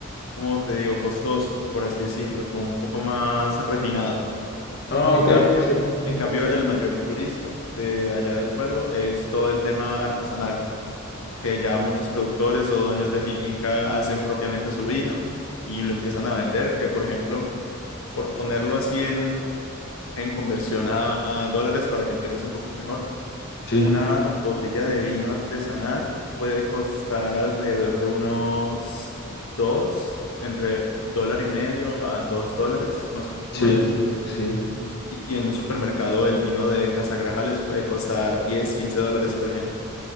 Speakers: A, on the left (about 85°); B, on the left (about 55°).
A: como te digo, costoso, por así decirlo, como un poco más refinado.
B: Ah,
A: En
B: ok,
A: cambio,
B: sí,
A: en cambio, el mayor turismo de allá del pueblo es todo el tema artesanal, que ya muchos productores o dueños de finca hacen propiamente su vino y lo empiezan a vender, que por ejemplo, por ponerlo así en, en conversión a a dólares para que entiendas un poco mejor.
B: sí,
A: Una botella de vino artesanal puede costar alrededor de unos dos, entre dólar y medio a dos dólares, más
B: sí,
A: o menos.
B: sí.
A: Y, y en un supermercado el vino de Casagrajales puede costar 10 15 dólares, por ejemplo.